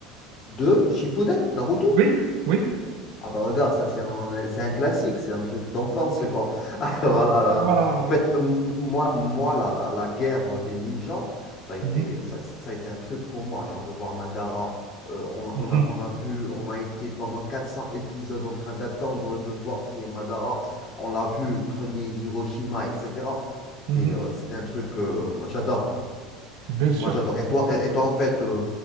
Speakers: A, on the left; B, on the right.
A: De, Shippuden, Naruto?
B: Oui, oui.
A: Ah bah regarde, ça c'est un, c'est un classique, c'est un truc d'enfance,
B: Ouais, c'est clair.
A: quoi. <laughs> Voilà.
B: Euh, Voilà.
A: En fait, m- m- moi, moi la, la, la guerre des ninjas, ça a été,
B: Mhm,
A: ça, ça a été un truc pour moi, genre de voir Madara. euh, on, a,
B: mhm,
A: on a on a vu, on a été pendant 400 épisodes en train d'attendre de voir qui est Madara. On l'a vu,
B: mhm,
A: le premier Hiroshima, etc.
B: mhm.
A: c'était euh, C'était un truc, euh, moi, j'adore, moi.
B: Bien sûr,
A: Moi, j'adore. Et toi,
B: bien sûr.
A: et, et toi, en fait, euh,